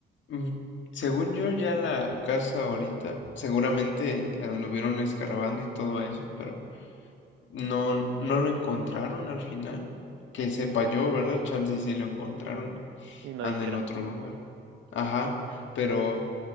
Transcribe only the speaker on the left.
Mm, Según yo, ya la casa ahorita, seguramente anduvieron escarbando y todo eso, pero no, no lo encontraron al final. Que sepa yo, ¿verdad? Chance y sí lo encontraron.
Anda
en otro lugar. Ajá, pero,